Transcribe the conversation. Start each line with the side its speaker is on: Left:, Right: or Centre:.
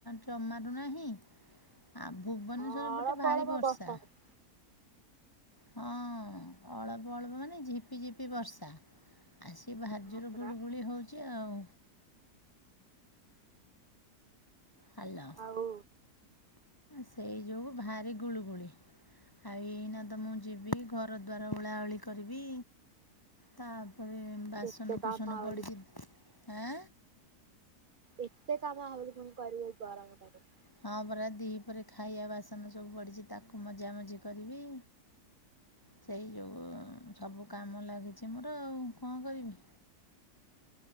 Left: ଜମାରୁ ନାହିଁ। ଆଉ ଭୁବନେଶ୍ଵର
Right: ହଁ
Left: ପଟେ
Right: ଅଳପ
Left: ଭାରି
Right: ଅଳପ
Left: ବର୍ଷା।
Right: ହଉଛି।
Left: ହଁ ଅଳ୍ପ ଅଳ୍ପ ମାନେ ଝିପି ଝିପି ବର୍ଷା। ଆ ସିିଏ ଭାରିଯୋରେ
Right: ହଁ ପରା
Left: ଗୁଳିୁ ଗୁଳି ହଉଛି। ଚି ଆଉ ହାଲ
Right: ଆଉ
Left: ସେଇ ଯୋଗୁଁ ଭାରି ଗୁଳୁଗୁଳି ଆଉ ଏଇନା ତ ମୁଁ ଯିବି ଘର ଦ୍ୱାର ଓଳାଓଳି କରିବି। ତାପରେ ବାସନ
Right: କେତେ କାମ
Left: କୁସନ
Right: ଆହୁରି
Left: ପଡିଛି ଆଁ
Right: ଏତେ କାମ ଆହୁରି ପୁଣି କରିବ ଏଇ ଗରମ ଟାରେ।
Left: ହଁ ପରା ଦିହି ପରେ ଖାଇବା ବାସନ ସବୁ ପଡ଼ିଛି ତାକୁ ମଜା ମଜି କରିବି। ସେଇ ଯୋଗୁଁ ସବୁ କାମ ଲାଗିଛି ମୋର ଆଉ କଣ କରିବି।